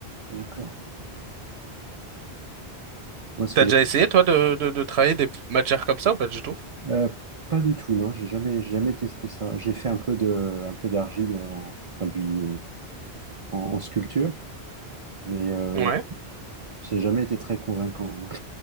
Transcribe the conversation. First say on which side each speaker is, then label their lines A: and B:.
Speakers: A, on the right (about 50°); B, on the right (about 80°).
A: d'accord. Moi, ce
B: T'as
A: que j'ai.
B: déjà essayé, toi, de, de, de travailler des matières comme ça ou pas du tout?
A: euh, pas du tout, non, j'ai jamais, j'ai jamais testé ça. J'ai fait un peu de, un peu d'argile en, enfin, du, en, en sculpture, mais euh,
B: Ouais.
A: ça n'a jamais été très convaincant. donc